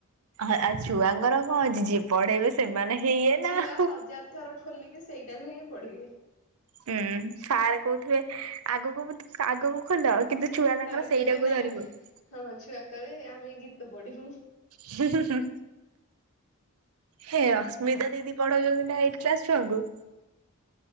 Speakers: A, on the right (about 80°); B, on the left (about 80°).
A: ଆଉ ଛୁଆଙ୍କର କଣ ଅଛି, ଯିଏ ପଢେଇବେ ସେମାନେ ହେଇଏ
B: ଛୁଆ
A: ନା ଆଉ।
B: ହଜାର ଥର ଖୋଲିକି ସେଇଟାକୁ ହିଁ ପଢ଼ିବେ।
A: ହୁଁ, ସାର୍ କହୁଥିବେ ଆଗକୁ ଆଗକୁ ଖୋଲ। କିନ୍ତୁ ଛୁଆ ତାଙ୍କର
B: ସାର୍
A: ସେଇଟାକୁ
B: କହିବେ ନା
A: ଧରିକି ବଇ
B: ହଁ ଛୁଆ କହିବେ, ଆମେ ଗୀତ ପଢିବୁ।
A: ହୁଁ ହୁଁ ହୁଁ ହେ ଅସ୍ମିତା ଦିଦି ପଢାଉଛନ୍ତି ନା ଏଇଟ କ୍ଲାସ ଛୁଆଙ୍କୁ?